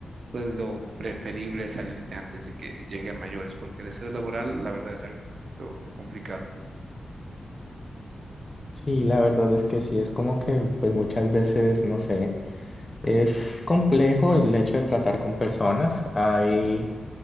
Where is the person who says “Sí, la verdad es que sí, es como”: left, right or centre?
Left